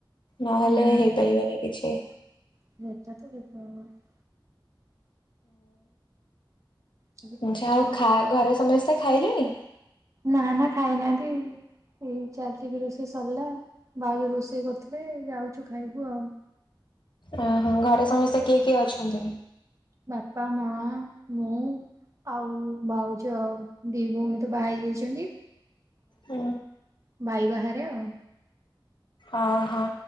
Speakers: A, on the left; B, on the right.
A: ନହେଲେ
B: ହୁଁ
A: ହେଇପାରିବନି କିଛି।
B: <unintelligible> ସବୁ
A: ହଁ
B: କଥା
A: <unintelligible> ଆଉ ଘରେ ସମସ୍ତେ ଖାଇଲେଣି?
B: ନା ନା ଖାଇନାହାନ୍ତି ଏଇ ଚାଲି ଟିକି ରୋଷେଇ ସରିଲା ଭାଉଜ ରୋଷେଇ କରୁଥିଲେ ଯାଉଛୁ ଖାଇବୁ ଆଉ
A: ଓହୋ ଘରେ ସମସ୍ତେ କିଏ କିଏ ଅଛନ୍ତି?
B: ବାପା ମାଆ ମୁଁ ଆଉ ଭାଉଜ ଦି ଭଉଣୀ ତ ବାହା ହେଇଯାଇଛନ୍ତି।
A: ହୁଁ
B: ଭାଇ ବାହାରେ ଆଉ
A: ଓହୋ।